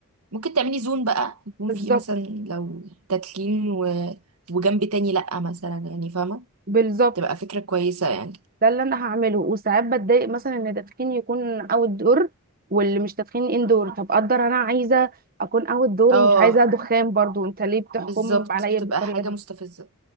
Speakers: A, on the right; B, on the right.
A: ممكن تعملي زون بقى يكون
B: بالظبط
A: فيه مثلا لو تتلين و... وجنب تاني لأ مثلا يعني فاهمة
B: بالظبط
A: تبقى فكرة كويسة يعني
B: ده اللي انا هعمله وساعات بتضايق مثلا ان التدخين يكون اوت دور واللي مش تدخين اندور طب اقدر انا عايزه اكون اوت دور
A: اه
B: ومش عايزه دخان برضو انت ليه بتحكم
A: بالظبط
B: عليا
A: بتبقى
B: بالطريقه
A: حاجة
B: دي
A: مستفزة